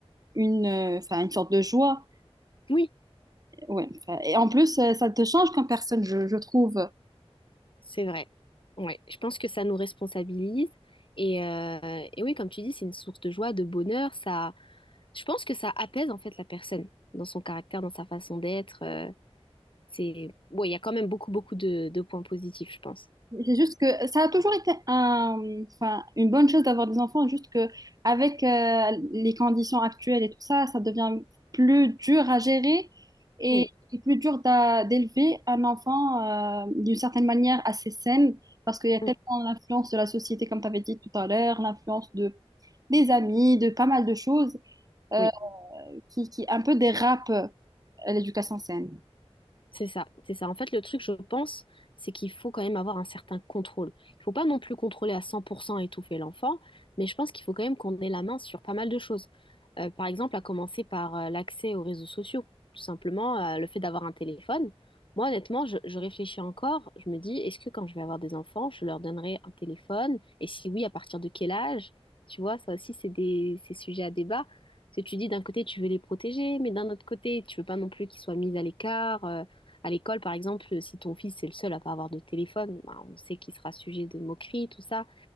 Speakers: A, on the right (about 35°); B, on the left (about 55°).
A: une, euh, 'fin, une sorte de joie.
B: Oui.
A: Ouais, 'fin, et en plus, euh, ça te change comme personne, je, je trouve.
B: C'est vrai. Ouais, je pense que ça nous responsabilise. Et, euh, et oui, comme tu dis, c'est une source de joie, de bonheur. Ça, je pense que ça apaise en fait la personne dans son caractère, dans sa façon d'être. euh, c'est, ouais, il y a quand même beaucoup, beaucoup de, de points positifs, je pense.
A: C'est juste que ça a toujours été un, enfin, une bonne chose d'avoir des enfants, juste que avec euh, les conditions actuelles et tout ça, ça devient plus dur à gérer et,
B: Oui,
A: et plus dur d'a- d'élever un enfant euh, d'une certaine manière assez saine, parce qu'il y a tellement
B: Mm.
A: l'influence de la société, comme tu avais dit tout à l'heure, l'influence de, des amis, de pas mal de choses euh,
B: oui.
A: qui, qui un peu dérapent euh, l'éducation saine.
B: C'est ça, c'est ça. En fait, le truc, je pense, c'est qu'il faut quand même avoir un certain contrôle. Il faut pas non plus contrôler à 100% et étouffer l'enfant, mais je pense qu'il faut quand même qu'on ait la main sur pas mal de choses. Euh, par exemple, à commencer par euh, l'accès aux réseaux sociaux. Tout simplement, euh, le fait d'avoir un téléphone. Moi, honnêtement, je, je réfléchis encore. Je me dis, est-ce que quand je vais avoir des enfants, je leur donnerai un téléphone? Et si oui, à partir de quel âge? Tu vois, ça aussi, c'est des, c'est sujet à débat. Parce que tu dis, d'un côté, tu veux les protéger, mais d'un autre côté, tu veux pas non plus qu'ils soient mis à l'écart. euh, à l'école, par exemple, si ton fils est le seul à pas avoir de téléphone, bah, on sait qu'il sera sujet de moqueries, tout ça.